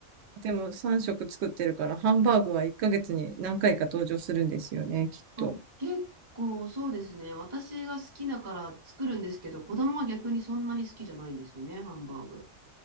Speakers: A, on the right; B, on the right.
A: でも、3食作ってるから、ハンバーグは1ヶ月に何回か登場するんですよね、きっと。
B: そう、結構そうですね。私が好きだから作るんですけど、子供は逆にそんなに好きじゃないんですよね、ハンバーグ。